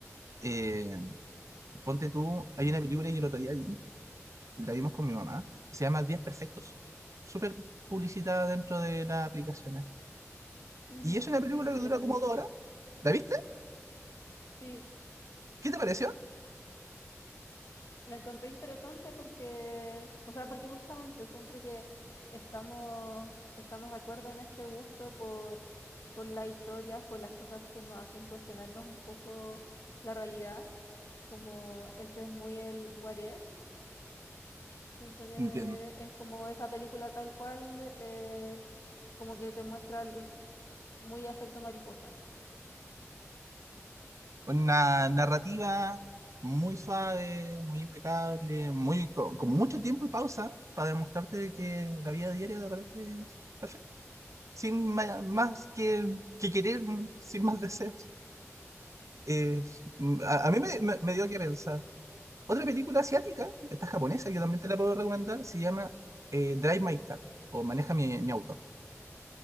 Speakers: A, on the right; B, on the left.
A: Eh, ponte tú, hay una película que el otro día vi, y la vimos con mi mamá, se llama diez Perfectos. Súper publicitada dentro de las aplicaciones.
B: Ujú,
A: Y es una película
B: Sí, sí,
A: que dura
B: la vi.
A: como dos horas. ¿La viste?
B: Sí,
A: ¿Qué te pareció?
B: La encontré interesante porque, o sea, porque justamente siento que estamos, estamos de acuerdo en este gusto por, por las historias, por las cosas que nos hacen cuestionarnos un poco la realidad, como ese es muy el What If, siento que
A: Entiendo.
B: es como esa película tal cual, eh, como que te muestra el- muy efecto mariposa,
A: Una narrativa muy suave, muy impecable, muy co- con, mucho tiempo y pausa para demostrarte que la vida diaria de repente es perfecta, sin ma- más que, que querer, sin más deseos. Es- a, a mí me, me- me dio que pensar. Otra película asiática, esta japonesa, que también te la puedo recomendar, se llama eh, Drive My Car o Maneja mi, mi auto.